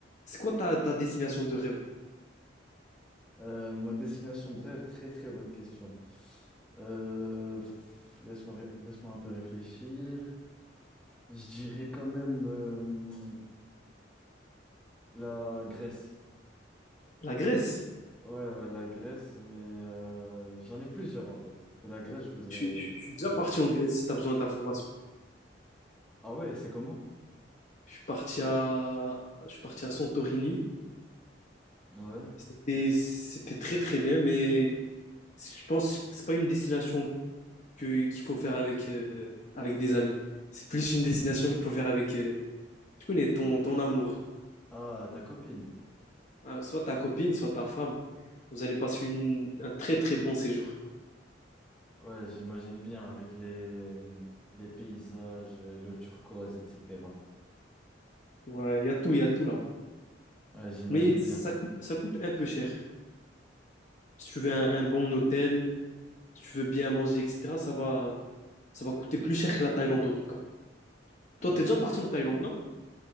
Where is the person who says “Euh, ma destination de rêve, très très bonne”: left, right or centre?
Centre